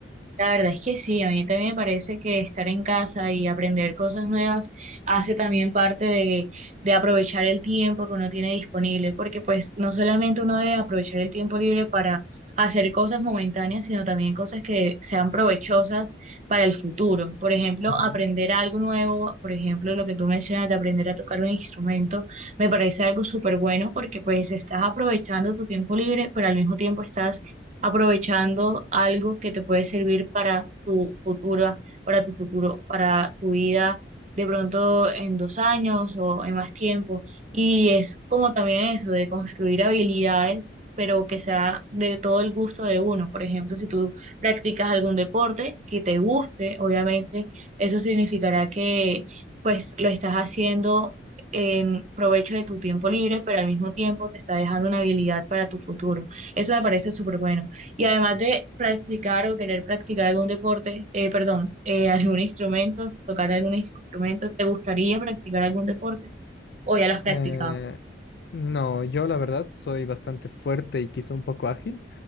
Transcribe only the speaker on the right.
La verdad es que sí, a mí también me parece que estar en casa y aprender cosas nuevas hace también parte de, de aprovechar el tiempo que uno tiene disponible, porque pues no solamente uno debe aprovechar el tiempo libre para hacer cosas momentáneas, sino también cosas que sean provechosas para el futuro. Por ejemplo,
aprender algo nuevo, por ejemplo, lo que tú mencionas de aprender a tocar un instrumento, me parece algo súper bueno porque pues estás aprovechando tu tiempo libre, pero al mismo tiempo estás aprovechando algo que te puede servir para tu futuro, para tu futuro, para tu vida de pronto en dos años o en más tiempo. Y es como también eso, de construir habilidades, pero que sea de todo el gusto de uno. Por ejemplo, si tú practicas algún deporte que te guste, obviamente eso significará que pues lo estás haciendo en provecho de tu tiempo libre, pero al mismo tiempo te está dejando una habilidad para tu futuro. Eso me parece súper bueno. Y además de practicar o querer practicar algún deporte, eh, perdón, eh, algún instrumento, tocar algún instrumento, ¿te gustaría practicar algún deporte? ¿O ya lo has practicado?